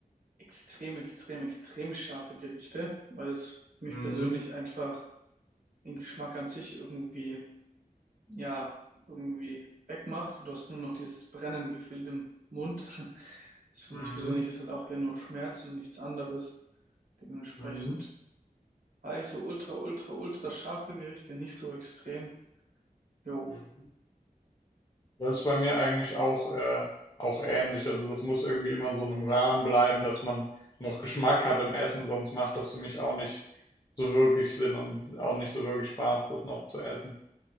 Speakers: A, on the right; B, on the left.
A: extrem, extrem, extrem scharfe Gerichte, weil es für mich
B: Mhm.
A: persönlich einfach den Geschmack an sich irgendwie ja irgendwie wegmacht und du hast nur noch dieses brennende Gefühl im Mund. <laughs> Das finde
B: Mhm.
A: ich persönlich ist halt auch hier nur Schmerz und nichts anderes. Dementsprechend
B: Mhm.
A: war ich so ultra, ultra, ultra scharfe Gerichte nicht so extrem. Jo,
B: Mhm. Das ist bei mir eigentlich auch, äh, auch ähnlich. Also das muss irgendwie immer so in einem Rahmen bleiben, dass man noch Geschmack hat im Essen, sonst macht das für mich auch nicht so wirklich Sinn und auch nicht so wirklich Spaß, das noch zu essen.